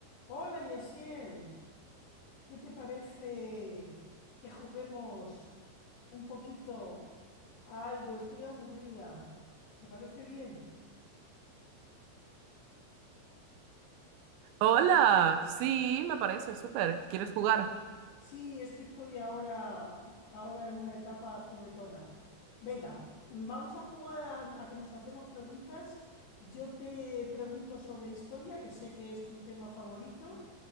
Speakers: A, on the left; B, on the right.
A: Hola Yasiel, ¿qué te parece que juguemos un poquito a algo? Estoy aburrida. ¿Te parece bien?
B: Hola, sí, me parece súper. ¿Quieres jugar?
A: Sí, es que estoy ahora, ahora en una etapa juguetona. Venga, vamos a jugar a, a que nos hacemos preguntas. Yo te pregunto sobre historia, que sé que es tu tema favorito,